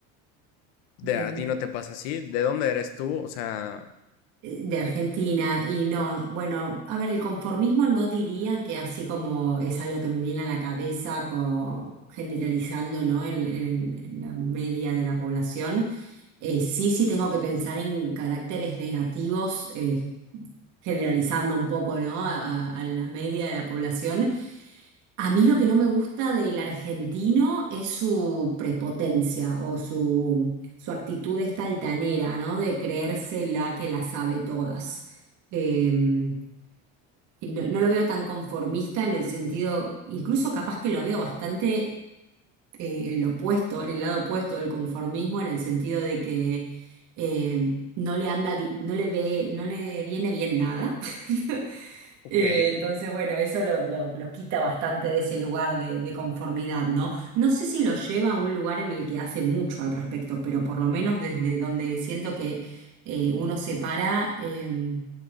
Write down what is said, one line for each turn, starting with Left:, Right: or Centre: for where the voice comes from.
Right: Bien.
Left: De a ti no te pasa así, ¿de dónde eres tú? O sea,
Right: Eh, De Argentina y no, bueno, a ver, el conformismo no diría que así como es algo que me viene a la cabeza co- generalizando, ¿no? En, en- en la media de la población, Eh, sí, sí tengo que pensar en caracteres negativos, eh, generalizando un poco, ¿no? A, a- a la media de la población A mí lo que no me gusta del argentino es su prepotencia o su, su actitud esta altanera, ¿no? De creerse la que la sabe todas. Em, y no, no lo veo tan conformista en el sentido, incluso capaz que lo veo bastante eh, en lo opuesto, en el lado opuesto del conformismo, en el sentido de que em, no le anda, bi- no le ve, no le viene bien nada. <laughs>
Left: ok,
Right: Eh, entonces, bueno, eso lo, lo- lo quita bastante de ese lugar de, de conformidad, ¿no? No sé si lo lleva a un lugar en el que hace mucho al respecto, pero por lo menos desde donde siento que eh, uno se para, eh,